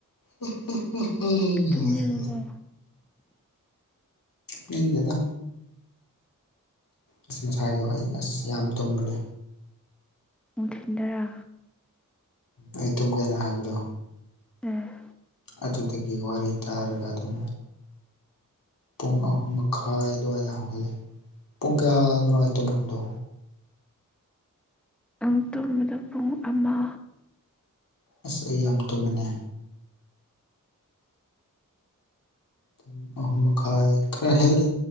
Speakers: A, on the left; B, in the centre.
A: ꯍ ꯍ
B: ꯇꯨꯝꯅꯤꯡꯉꯕꯣ
A: ꯅ ꯗꯗ ꯑꯁꯤ ꯉꯁꯥꯗꯣ ꯑꯩ ꯑꯁ ꯌꯥꯝ ꯇꯨꯝꯕꯅꯦ
B: ꯃꯊꯤꯟꯗꯔꯥ
A: ꯑꯩ ꯇꯨꯝꯒꯦꯅ ꯍꯥꯏꯕꯗꯣ
B: ꯎꯝ
A: ꯑꯗꯨꯗꯒꯤ ꯋꯥꯔꯤ ꯇꯥꯔꯒ ꯑꯗꯨꯝ ꯄꯨꯡ ꯑꯍꯨꯝ ꯃꯈꯥꯏ ꯑꯗꯨꯋꯥꯏꯗ ꯍꯧꯒꯠꯂꯦ ꯄꯨꯡ ꯀꯌꯥꯗꯅꯣ ꯇꯨꯝꯈꯤꯕꯗꯣ
B: ꯑꯃꯨꯛ ꯇꯣꯕꯗ ꯄꯨꯡ ꯑꯃ
A: ꯑꯁ ꯑꯩ ꯌꯥꯝ ꯇꯨꯝꯕꯅꯦ ꯄꯨꯡ ꯑꯍꯨꯝ ꯃꯈꯥꯏ ꯈꯔ ꯍꯦꯜꯂꯦ